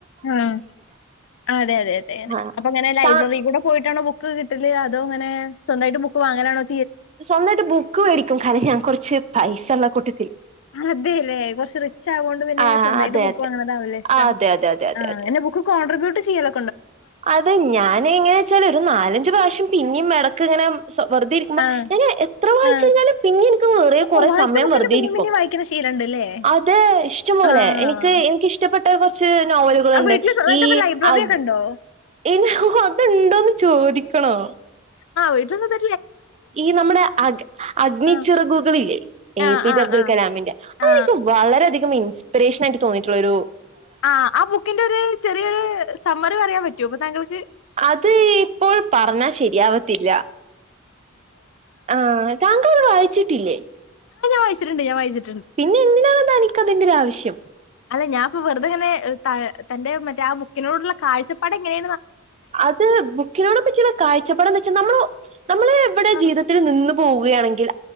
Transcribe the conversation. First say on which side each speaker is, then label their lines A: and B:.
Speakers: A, on the left; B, on the right.
A: ആഹ് ആ അതെ അതെ അതെ അങ്ങ്നെ.
B: ആഹ്
A: അപ്പം ഞാന് ലൈബ്രറി
B: താ
A: കൂടെ പോയിട്ടാണ് ബു ക്ക് കിട്ടില്ലേ അതോ അങ്ങനെ സ്വന്തായിട്ട് ബുക്ക് വാങ്ങാനാണോ
B: സ്വന്തായിട്ട് ബുക്ക് മേടിക്കും കാരണം ഞാൻ കൊറച്ച് പൈസെള്ള കൂട്ട
A: അതേ അല്ലേ കുറച്ച് റിച്ചായതുകൊണ്ട്
B: ആ
A: സ്വന്തമായിട്ട്
B: അതെ
A: ബുക്കു
B: അതെ
A: വാങ്ങണതാവല്ലേ ഇഷ്ടം.
B: ആ അതെ അതെ അതെ അതെ
A: ആ
B: അതെ
A: അങ്ങനെ ബുക്ക് കോൺട്രിബൂ ട്ട് ചെയ്യലോ
B: അത് ഞാന് എങ്ങനെന്നു വെച്ചാ ഒരു നാലഞ്ചു പ്രാവശ്യം പിന്നെയും ഇട ക്ക് ഇങ്ങനം വെറുതെ ഇരിക്കുമ്പം
A: ആ,
B: ഏ എത്ര വായിച്ചു
A: ആ.
B: കഴിഞ്ഞാലും പിന്നെ എനിക്ക് വേറെ
A: ഓ
B: കുറേ
A: വായിച്ച
B: സമയം
A: ബുക്കെന്നെ
B: വെറുതേയിരിക്കും.
A: പിന്നേം പിന്നേം വായിക്കണ ശീലണ്ട്ല്ലേ?
B: അത് ഇഷ്ടം പോലെ
A: ആ.
B: എനിക്ക് എനിക്കിഷ്ടപ്പെ ട്ടേ കൊർച് ച്ച് നോവലുകൾ
A: ആ
B: ഉണ്ട്
A: വീട്ടില് സ്വന്തമായിട്ട്
B: ഈ
A: ഇപ്പൊ ലൈബ്രറി
B: അത്
A: ഒക്കെ ഉണ്ടോ
B: ഏ ഹോ ഹോ അതു ണ്ടോന്ന് ചോദിക്കണോ?
A: ആ വീട്ടില് സ്വന്ത
B: ഈ നമ്മടെ അഗ അഗ്നിച്ചിറകുകൾ
A: ആ.
B: ഇല്ലേ എ.
A: ആ
B: പി.
A: ആ
B: ജെ. അബ്ദുൾ
A: ആ
B: കലാമിന്റെ അതിനൊക്ക
A: ആ
B: വളരെ അധി കം ഇൻസ്പിരേഷനായിട്ട് തോന്നിട്ടുള്ളെരു
A: ആ ആ ബുക്കിന്റെ ഒരു ചെറിയൊരു സം മ്മറി അറിയാൻ പറ്റുമോ ഇപ്പം താങ്കൾക്ക്?
B: അത് ഇപ്പോൾ പറഞ്ഞാ ശരിയാവത്തില്ല. ആ താ അത് വായിട്ടില്ലേ?
A: ഞാൻ വായിച്ചിട്ടുണ്ട് വായിച്ചി
B: പിന്നെ എന്തിനാണ് തനിക്കതിന്റെ ഒരാവശ്യം?
A: അല്ല അതെ ഞാനിപ്പ വെറുതെങ്ങനെ ത തന്റെ മറ്റേ ആ ബുക്കിനോടുള്ള കാഴ്ചപ്പാട് എങ്ങനെ
B: അത് ബുക്കിനോട് പറ്റിയുള്ള കാഴ്ചപ്പാട് എന്ത് വെച്ചാൽ നമ്മള് നമ്മള് ഇവിടെ
A: ആ,
B: ജീവിതത്തിൽ നിന്നു പോവും. പോയാണങ്കിൽ